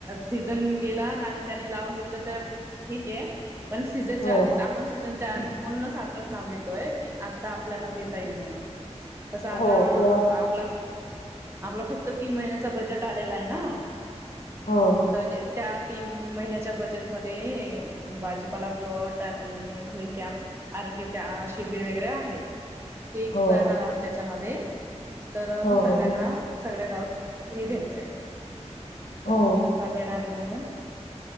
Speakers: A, on the right (about 20°); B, on the left (about 80°).
A: सीझन गेला आणि त्यानी लावून घेतलं तर ठीक आहे. पण सीझनच्या
B: हो
A: आधीच आपण सीझनच्या म्हणून आता नाव घेतोय की आता आपल्याला देता येईल म्हणून! तसं आता
B: हो तेव्हा
A: आपला आपला फक्त तीन महिन्याच बजेट आलेला आहे ना!
B: हो
A: तर त्या तीन महिन्याच्या बजेटमध्ये भाजीपाला प्लॉट आणि हिल कॅम्प आरोग्य शिबिर वगैरे आहे. ते
B: हो
A: करणार आहोत त्याच्यामध्ये तर
B: हो
A: सगळ्यांना
B: हो
A: सगळ्या गावात हे द्यायचंय
B: हो
A: तर आत्ता देणारे म्हणून